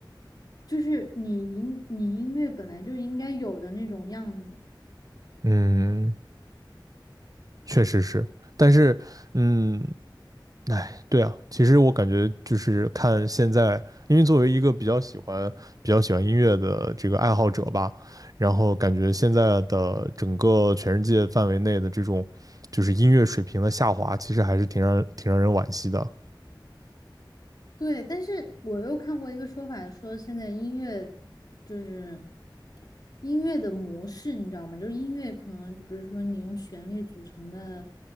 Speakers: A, on the left; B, on the right.
A: 就是你音你音乐本来就应该有的那种样子。
B: 嗯，确实是，但是嗯，哎，对啊，其实我感觉就是看现在，因为作为一个比较喜欢比较喜欢音乐的这个爱好者吧，然后感觉现在的整个全世界范围内的这种就是音乐水平的下滑，其实还是挺让挺让人惋惜的。
A: 对，但是我又看过一个说法，说现在音乐就是音乐的模式，你知道吗？就是音乐可能就比如说你用旋律组成的